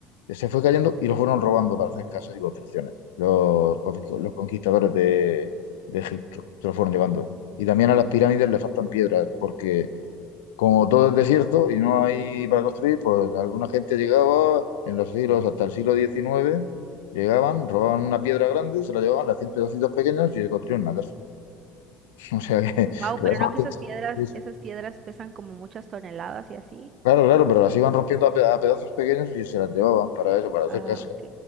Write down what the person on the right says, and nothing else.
Wow,
pero no que esas piedras,
esas piedras pesan como muchas toneladas y así.
Ah,
ok.